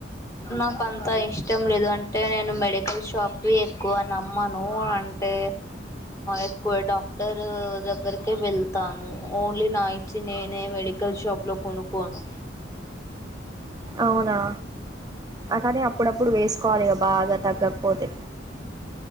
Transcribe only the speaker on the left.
నాకు అంత ఇష్టం లేదు అంటే నేను మెడికల్ షాప్వి ఎక్కువ నమ్మాను అంటే ఎక్కువ డాక్టర్ దగ్గరికి వెళ్ ళ్తాను ఓన్లీ నా ఇచ్చి నేనే మెడికల్ షాప్ లో కొనుక్కోను